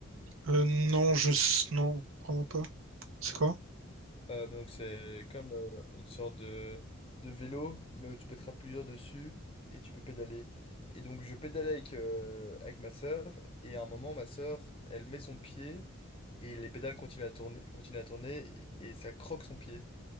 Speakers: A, on the right; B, on the left.
A: Euh, non, je... s- Non, vraiment pas. C'est quoi?
B: Euh, donc c'est comme euh, une sorte de, de vélo, mais où tu peux te plusieurs dessus et tu peux pédaler. Et donc je pédalais avec, euh, avec ma sœur, et à un moment, ma sœur, elle met son pied, et les pédales continuent à tourner, continuent à tourner, et et ça croque son pied.